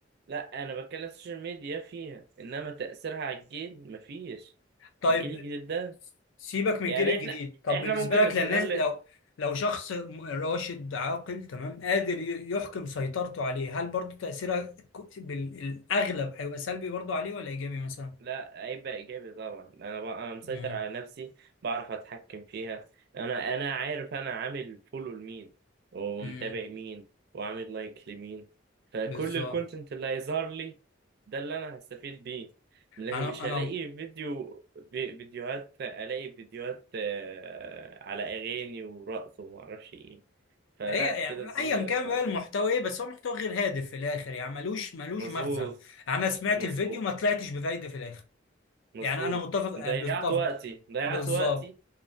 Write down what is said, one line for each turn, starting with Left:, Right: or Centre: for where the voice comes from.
Right: لا انا بتكلم السوشيال ميديا فيها انما تأثيرها على الجيل مفيش
Left: طيب
Right: الجيل الجديد ده
Left: سيبك من
Right: يعني
Left: الجيل الجديد
Right: احنا
Left: طب
Right: احنا
Left: بالنسبه
Right: ممكن
Left: لك
Right: نستغل
Left: للناس لو لو شخص م- راشد عاقل تمام قادر ي- يحكم سيطرته عليه هل برضه تاثيرها ك- بالاغلب هيبقى سلبي برضه عليه ولا ايجابي مثلا
Right: لا عيب إيجابي طبعا أنا ب... أنا مسيطر
Left: امم
Right: على نفسي بعرف أتحكم فيها أنا أنا عارف أنا عامل فولو لمين ومتابع
Left: امم
Right: مين وعامل لايك لمين فكل
Left: بالظبط
Right: الكونتنت اللي هيظهر لي ده اللي أنا هستفيد بيه لكن
Left: انا
Right: مش
Left: انا
Right: هلاقي فيديو في- فيديوهات ألاقي فيديوهات آه، على أغاني ورقص ومعرفش إيه فلا
Left: هي يعني
Right: كده الدنيا
Left: ايا كان
Right: بقى.
Left: بقى المحتوى ايه بس هو محتوى غير هادف في الاخر يعني ملوش ملوش
Right: مظبوط
Left: مغزى انا سمعت
Right: مظبوط
Left: الفيديو ما طلعتش بفايده في الاخر
Right: مظبوط
Left: يعني انا متفق أه،
Right: ضيعت
Left: متفق
Right: وقتي ضيعت
Left: بالظبط
Right: وقتي